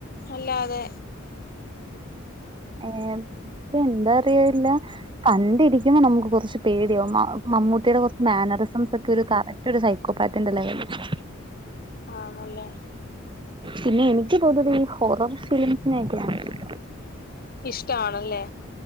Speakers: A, on the left; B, on the right.
A: അല്ലാതെ?
B: ഏഹ് പക്ഷെ എന്താ അറിയില്ല കണ്ടിരി ന്നാ നമുക്ക് കൊറച്ച് പേടിയോ മ മമ്മുട്ടിയുടെ കൊർ മാനറിസംസ് ഒക്കെ ഒരു കറക്റ്റ് ഒരു സൈക്കോപാത്തിന്റെ ലെവല്. <inaudible>
A: ആണല്ലേ
B: പിന്നെ എനിക്ക് തോന്നത് ഈ ഹോറർ <unintelligible>
A: ഇഷ്ടാണല്ലേ